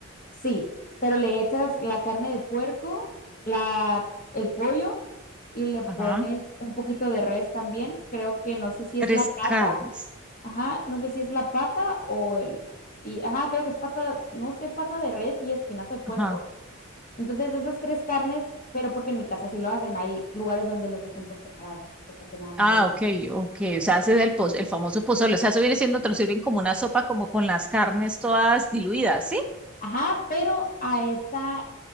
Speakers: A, on the left; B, in the centre.
A: sí, pero le echas la carne de puerco, la, el pollo y le pones
B: Ajá.
A: un poquito de res también. Creo que no sé si
B: Tres
A: es la pata,
B: carnes.
A: ajá, no sé si es la pata o el, y, ajá, creo que es pata, no sé, pata de res y espinazo de puerco.
B: Ajá.
A: Entonces esas tres carnes, pero porque en mi casa sí lo hacen, hay lugares donde los hacen por separado, o sea que nada más
B: Ah,
A: le echan.
B: ok, ok. O sea, hace el, poz- el famoso pozole. O sea, eso viene siendo, te lo sirven como una sopa, como con las carnes todas diluidas, ¿sí?
A: Ajá, pero a esa,